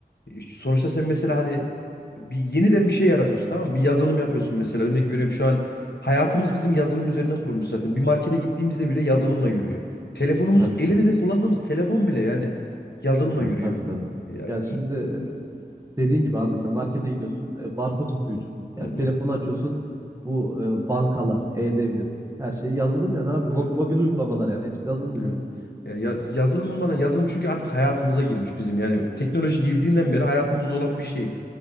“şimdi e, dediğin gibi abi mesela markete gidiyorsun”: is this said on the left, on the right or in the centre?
Right